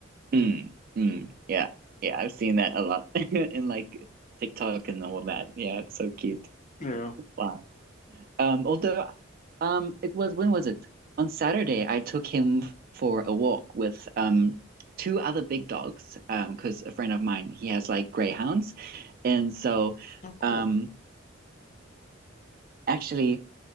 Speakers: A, on the right; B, on the left.
A: Mm, mm, yeah, yeah. I've seen that a lot <laughs> in like TikTok and all that. Yeah, it's so cute.
B: Yeah.
A: Wow. Um, although, um, it was when was it? On Saturday, I took him for a walk with um two other big dogs. Um, because a friend of mine, he has like greyhounds, and so,
B: Oh, cool.
A: um, actually,